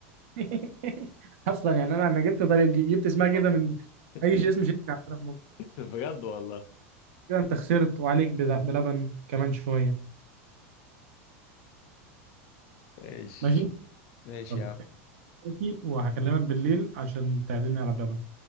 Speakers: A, on the right; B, on the left.
A: <laughs> اصلا يعني انا انا جبت طريق جبت اسمها كده
B: آه.
A: من
B: <laughs>
A: اي شيء، اسم شركة عندنا في مصر
B: بجد والله
A: كده انت خسرت وعليك بل- بلبن كمان شوية
B: ماشي
A: ماشي
B: ماشي
A: يلا
B: يا عم
A: احكي وهكلمك بالليل عشان تعزمني على بلبن